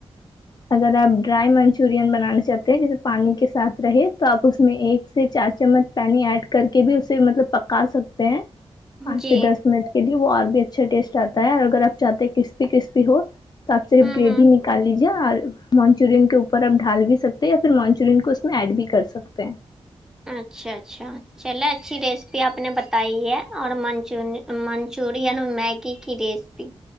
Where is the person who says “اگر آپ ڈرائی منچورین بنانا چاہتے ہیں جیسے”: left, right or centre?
Left